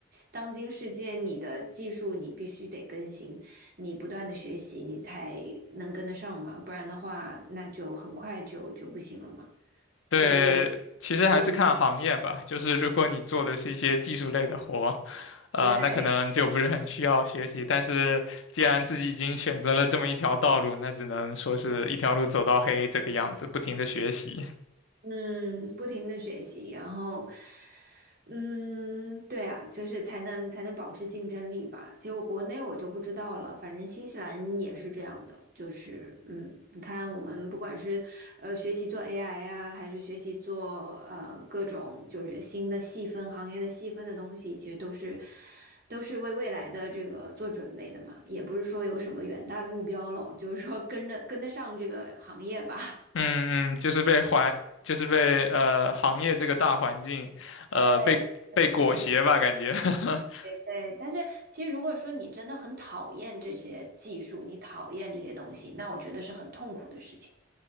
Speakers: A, on the right (about 50°); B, on the left (about 85°).
A: 当今世界，你的技术你必须得更新，你不断的学习，你才能跟得上嘛，不然的话，那就很快就就不行了嘛。
B: 对，
A: 所以，
B: 其实还是看行业吧。
A: 对
B: 就是如果你做的是一些技术类的活，呃，
A: 对，
B: 那可能就不是很需要学习。
A: <laughs>
B: 但是既然自己已经选择了这么一条道路，那只能说是一条路走到黑这个样子，不停的学习。
A: 嗯，不停的学习，然后，嗯，对啊，就是才能才能保持竞争力吧。结果国内我就不知道了，反正新西兰也是这样的，就是嗯，你看我们不管是呃学习做 AI 呀、还是学习做呃各种就是新的细分行业的细分的东西，其实都是都是为未来的这个做准备的嘛，也不是说有什么远大的目标咯，就是说跟着跟得上这个行业吧。<laughs>
B: 嗯嗯，就是被环，就是被呃行业这个大环境，呃被被裹挟吧，
A: 对对对
B: 感觉。<laughs>
A: 对，但是其实如果说你真的很讨厌这些技术，你讨厌这些东西，那我觉得是很痛苦的事情。